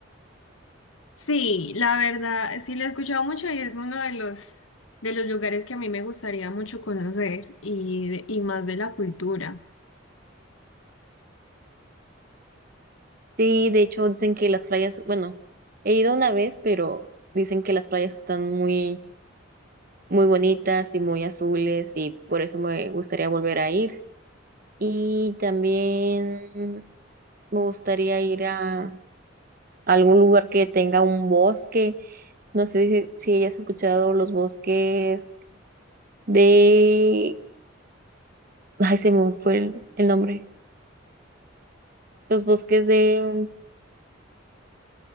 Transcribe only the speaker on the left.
Sí, la verdad, sí lo he escuchado mucho y es uno de los de los lugares que a mí me gustaría mucho conocer y, de- y más de la cultura.